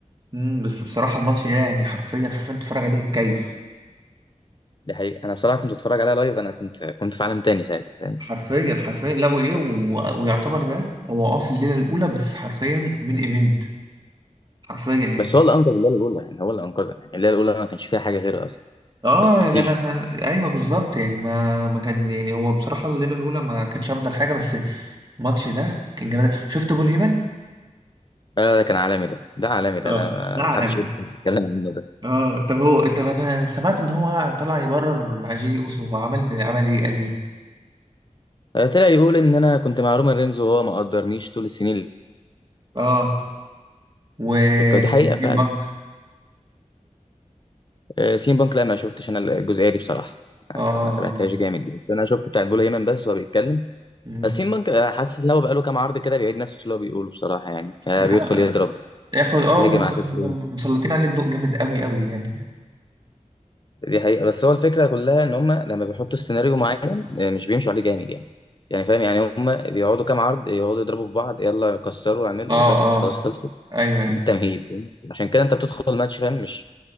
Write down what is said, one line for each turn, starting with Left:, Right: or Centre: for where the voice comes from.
Right: امم بس بصراحة الماتش ده يعني حرفيا حرفيا تتفرج عليه تتكيف
Left: ده حقيقي انا بصراحه كنت بتفرج عليها لايف انا كنت كنت في عالم تاني ساعتها فاهم
Right: حرفيا حرفيا لا وايه و- ويعتبر ده هو اه في الليلة الاولى بس حرفيا من ايفنت حرفيا يعني
Left: بس هو اللي انقذ الليله الاولى يعني هو اللي انقذها يعني الليله الاولى ما كانش فيها حاجه غيره اصلا
Right: اه
Left: يعني ما
Right: يا
Left: فيش
Right: جماعة ايوه بالظبط يعني ما ما كان يعني هو بصراحة الليلة الاولى ما كانتش افضل حاجة بس الماتش ده كان جامد شفت بول هيمن
Left: آه ده كان عالمي ده ده عالمي ده
Right: اه
Left: ده
Right: ده
Left: ما
Right: عالمي
Left: حدش يتكلم عنه ده
Right: اه طب هو طب انا سمعت ان هو طلع يبرر مع جي اوسو هو عمل عمل ايه قال ايه
Left: آه طلع يقول ان انا كنت مع رومان رينز وهو ما قدرنيش طول السنين اللي
Right: اه و
Left: كانت- دي حقيقه
Right: والتيم
Left: فعلا
Right: بنك
Left: آه سين بانك لا ما شفتش انا الجزئيه دي بصراحه ما
Right: اه آه.
Left: ما تابعتهاش
Right: آه.
Left: جامد دي بس انا شفت بتاع بول هيمن بس وهو بيتكلم
Right: مم.
Left: بس سين بانك آه، حاسس ان هو بقاله كام عرض كده بيعيد نفس اللي هو بيقوله بصراحه يعني آه
Right: لا
Left: بيدخل يضرب
Right: ياخد اه
Left: يهجم
Right: م-
Left: على اساس
Right: م- مسلطين عليه الضوء جامد قوي قوي يعني
Left: دي حقيقة بس هو الفكرة كلها ان هم لما بيحطوا السيناريو معين آه، مش بيمشوا عليه جامد يعني يعني فاهم يعني هم بيقعدوا كام عرض يقعدوا يضربوا في بعض يلا كسروا اعملوا
Right: اه
Left: بس
Right: اه
Left: خلاص خلصت
Right: ايوه ايوه
Left: ده تمهيد فاهم؟ عشان كده انت بتدخل الماتش فاهم مش